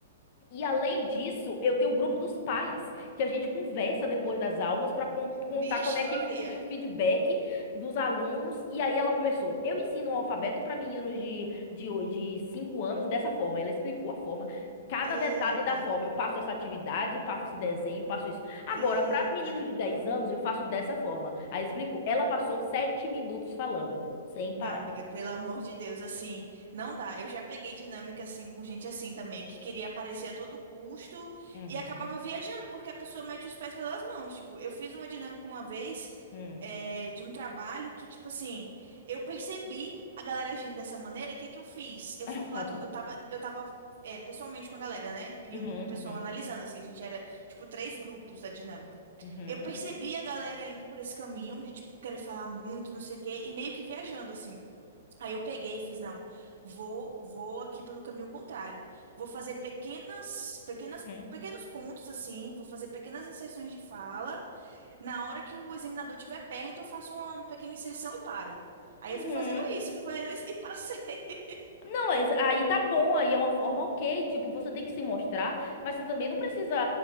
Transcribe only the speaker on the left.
e além disso, eu tenho um grupo dos pais, que a gente conversa depois das aulas para contar
como é que
foi o feedback dos alunos. E aí ela começou. Eu ensino o alfabeto para meninos de, de, o- de 5 anos dessa forma. Ela explicou a forma, cada
detalhe da forma. Eu passo essa atividade, passo esse desenho, passo isso. Agora,
para os meninos de 10 anos, eu faço dessa forma. Aí explicou. Ela passou sete minutos falando, sem parar.
Uhum.
Hum.
<laughs>
Uhum,
uhum,
uhum,
uhum,
uhum.
Não, mas aí tá bom, aí é uma forma ok, tipo, você tem que se mostrar, mas você também não precisa